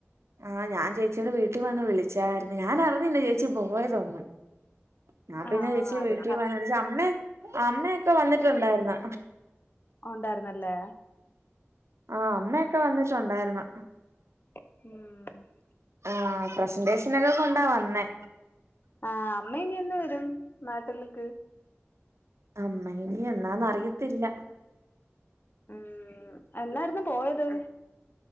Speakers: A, on the right (about 70°); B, on the left (about 45°).
A: ആഹ് ഞാൻ ചേച്ചിയുടെ വീട്ടിൽ വന്ന് വിളിച്ചായിരുന്നു ഞാന് അറിഞ്ഞില്ല ചേച്ചി പോയ തോന്നും ഞാൻ
B: ആഹ്
A: പിന്നെ ചേച്ചി
B: ആരോട്
A: വീട്ടിൽ വന്നടച്ച അമ്മേ അമ്മയൊക്കെ വന്നിട്ടുണ്ടായിരുന്ന്
B: ഉണ്ടായിരുന്നല്ലേ
A: ആഹ് അമ്മയൊക്കെ വന്നിട്ടുണ്ടായിരുന്നു
B: മം
A: ആ പ്രസന്റേഷനൊക്കെ കൊണ്ടാ വന്നേ
B: ആഹ് അമ്മ ഇനി എന്നു വരും നാട്ടില്ക്ക്
A: അമ്മ ഇനി എന്നാന്ന് അറിയത്തില്ല
B: ഉം എന്നായിരുന്നു പോയത്